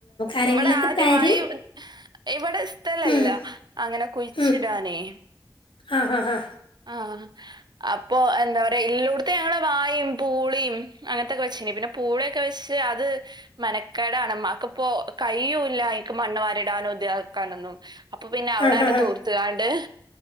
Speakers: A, on the left; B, on the right.
A: ആരെങ്കിലുമൊക്കെ
B: ഇവടെ ആദ്യമായി
A: തരും
B: ഇവടെ സ്ഥലല്ല.
A: ഉം
B: അങ്ങനെ കുഴ്ച്ചിടാനേ
A: ഉം ആ ഹാ ഹാ
B: ആഹ്- അപ്പൊ എന്താ പറയാ എല്ലോട്ത്തും ഞങ്ങള് വായിം പൂളിം അങ്ങൻത്തൊക്കെ വെച്ചീനി പിന്നെ പൂളൊക്കെ വെച്ച് അത് മെനക്കേടാണ് ഇമ്മാക്ക്പ്പോ കയ്യൂല്ല ഐക്ക് മണ്ണ് വരിടാനും ഇതിയക്കാനൊന്നും. അപ്പൊ പിന്നെ അവ്ടാണ്ട്
A: ആ ഹാ ഹാ
B: തൂർത്ത് കാണ്ട്